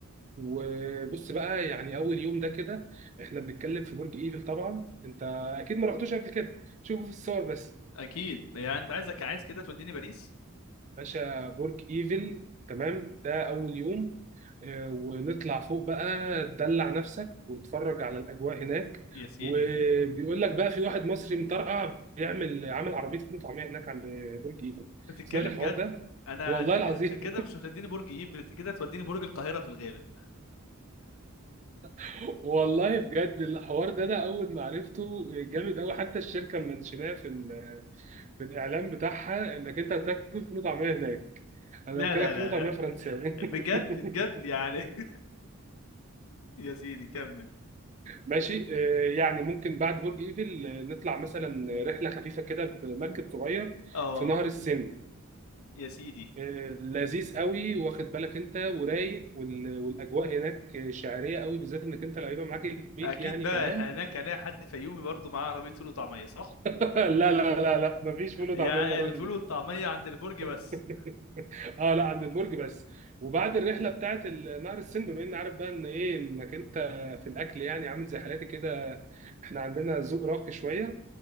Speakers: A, on the right; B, on the left.
A: وبص بقى يعني اول يوم ده كده احنا بنتكلم في برج ايفل طبعا انت اكيد ما رحتوش قبل كده شوفوا في الصور بس
B: اكيد يعني انت عايزك عايز كده توديني باريس
A: باشا برج ايفل تمام ده اول يوم آه، ونطلع فوق بقى تدلع نفسك وتتفرج على الاجواء هناك
B: يا سيدي
A: وبيقول لك بقى في واحد مصري مطرقع بيعمل عامل عربيه فول وطعميه هناك عند برج ايفل
B: انت بتتكلم
A: سمعت الحوار
B: جد
A: ده
B: انا
A: والله
B: ت- انت
A: العظيم
B: كده مش هتوديني برج ايفل انت كده هتوديني برج القاهره في الغالب
A: <laughs> والله بجد الحوار ده انا اول ما عرفته جامد قوي حتى الشركه منشناه في في الإعلان بتاعها إنك أنت هتاكل فول وطعمية هناك أنا
B: لا
A: أكلك
B: لا لا
A: فول وطعمية
B: لا
A: فرنساوي
B: بجد
A: <laughs>
B: بجد يعني <laughs> يا سيدي كمل
A: ماشي آه، يعني ممكن بعد برج إيفل آه، نطلع مثلا رحلة خفيفة كده بمركب صغير
B: اه
A: في نهر السن
B: يا سيدي
A: آه، لذيذ قوي واخد بالك أنت ورايق وال- والأجواء هناك آه، شعرية قوي بالذات إنك أنت اللي هيبقى معاك البيت
B: اكيد
A: يعني
B: بقى
A: كمان
B: هناك الاقي حد فيومي برضو معاه عربيه فول وطعميه صح
A: <laughs> لا لا لا لا مفيش فول وطعمية
B: يعني
A: المرة
B: الفول
A: دي
B: والطعميه عند البرج بس
A: <laughs> اه لا عند البرج بس وبعد الرحله بتاعت ال- نهر السن بما اني عارف بقى ان ايه انك انت في الاكل يعني عامل زي حالاتي كده احنا عندنا ذوق راقي شويه